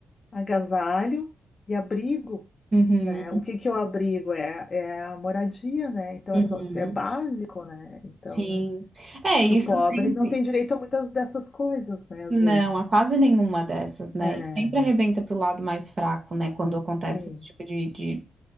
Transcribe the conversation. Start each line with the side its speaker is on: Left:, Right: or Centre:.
Left: agasalho e abrigo.
Right: Uhum,
Left: Né? O que que é o abrigo? É, é a moradia, né? Então,
Right: uhum,
Left: é, só- é básico, né? Então,
Right: sim. É, isso
Left: e o pobre
Right: sempre.
Left: não tem direito a muitas dessas coisas, né? Às
Right: Não,
Left: vezes.
Right: há quase nenhuma dessas, né?
Left: É,
Right: E sempre arrebenta pro lado mais fraco, né? Quando acontece
Left: sim.
Right: esse tipo de, de